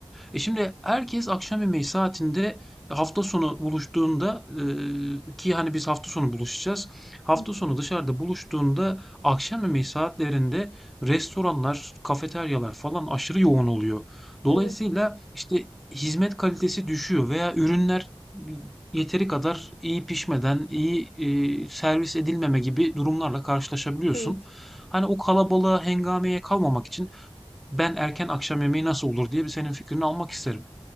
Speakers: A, in the centre; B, on the left (about 80°).
A: E şimdi herkes akşam yemeği saatinde hafta sonu buluştuğunda e, ki hani biz hafta sonu buluşacağız. Hafta
B: hı hı.
A: sonu dışarıda buluştuğunda akşam yemeği saatlerinde restoranlar, kafeteryalar falan aşırı yoğun oluyor.
B: Evet.
A: Dolayısıyla işte hizmet kalitesi düşüyor veya ürünler yeteri kadar iyi pişmeden, iyi e, servis edilmeme gibi durumlarla karşılaşabiliyorsun.
B: Evet.
A: Hani o kalabalığa, hengameye kalmamak için ben erken akşam yemeği nasıl olur diye bir senin fikrini almak isterim.